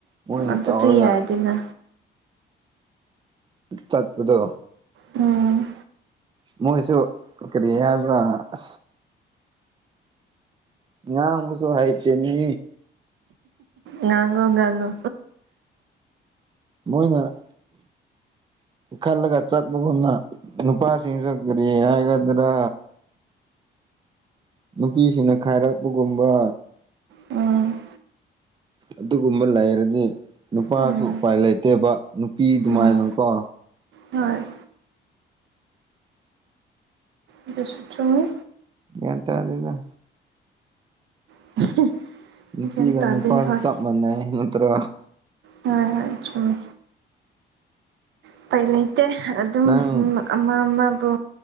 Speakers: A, on the right; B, on the right.
A: ꯃꯣꯏꯅ
B: ꯑꯗꯨꯗꯨ
A: ꯇꯧꯔꯒ
B: ꯌꯥꯏꯗꯅ꯫
A: ꯆꯠꯄꯗꯣ
B: ꯎꯝ
A: ꯃꯣꯏꯁꯨ ꯀꯔꯤ ꯍꯥꯏꯕ꯭ꯔꯥ ꯑ ꯉꯥꯡꯕꯁꯨ ꯍꯩꯇꯦꯅꯤ
B: ꯉꯥꯡꯉꯣ ꯉꯥꯡꯉꯣ
A: ꯃꯣꯏꯅꯅ ꯈꯜꯂꯒ ꯆꯠꯃꯒꯅ ꯅꯨꯄꯥ ꯁꯤꯤꯡꯁꯈꯔꯤ ꯍꯥꯏꯒꯗ꯭ꯔ ꯅꯨꯄꯤꯁꯤꯡꯅ ꯈꯥꯏꯔꯛꯄꯒꯨꯝꯕ
B: ꯎꯝ
A: ꯑꯗꯨꯒꯨꯝꯕ ꯂꯩꯔꯗꯤ ꯅꯨꯄꯥꯁꯨ
B: ꯎꯝ
A: ꯎꯄꯥꯏ ꯂꯩꯇꯦꯕ ꯅꯨꯄꯤ ꯑꯗꯨꯃꯥꯏꯅꯀꯣ
B: ꯎꯝ ꯍꯣꯏ ꯑꯗꯨꯁꯨ ꯆꯨꯝꯃꯤ꯫
A: ꯒꯤꯌꯥꯟ ꯇꯥꯗꯦꯗ꯫
B: <unintelligible>
A: ꯅꯨꯄꯤꯒ
B: ꯇꯥꯗꯦ
A: ꯅꯨꯄꯥꯁꯨ
B: ꯍꯣꯏ
A: ꯆꯞ ꯃꯥꯟꯅꯩ ꯅꯠꯇ꯭ꯔꯣ꯫
B: ꯍꯣꯏ ꯍꯣꯏ ꯆꯨꯝꯃꯤ꯫ ꯑꯄꯥꯏ ꯂꯩꯇꯦ ꯑꯗꯨꯝ
A: ꯅꯪ
B: ꯃꯛ꯫ ꯑꯃ ꯑꯃꯕꯨ